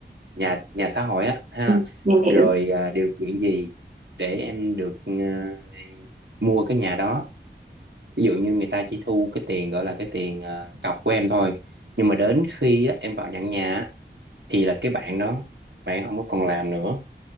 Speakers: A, on the right; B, on the right.
A: nhà nhà xã hội á ha
B: Ừ. Em hiểu.
A: rồi à, điều kiện gì để em được à, mua cái nhà đó ví dụ như người ta chỉ thu cái tiền gọi là cái tiền à, cọc của em thôi nhưng mà đến khi á, em vào nhận nhà á, thì là cái bạn đó bạn không có còn làm nữa